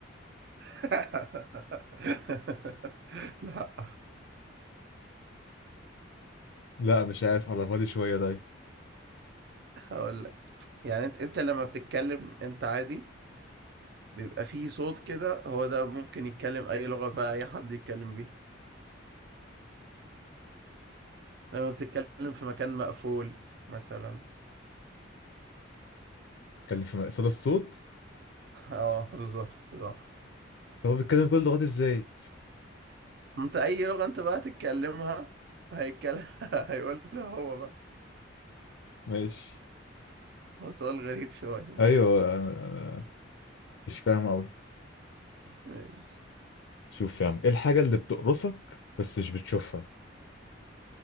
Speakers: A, on the right (about 55°); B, on the left (about 80°).
A: <laughs> لا
B: لا مش عارف على بالي شوية ده
A: هقول لك يعني انت انت لما بتتكلم انت عادي بيبقى فيه صوت كده هو ده ممكن يتكلم اي لغة بقى اي حد يتكلم بيها لما بتتكلم في مكان مقفول مثلا
B: بيتكلم في صدى الصوت
A: <laughs> اه بالظبط صح
B: طب هو بيتكلم كل اللغات ازاي
A: انت اي لغة انت بقى تتكلمها هيتكلم <laughs> هيقولها هو بقى
B: ماشي
A: هو سؤال غريب شوية
B: ايوه أنا- أنا مش فاهم قوي
A: ماشي
B: شوف فاهم ايه الحاجة اللي بتقرصك بس مش بتشوفها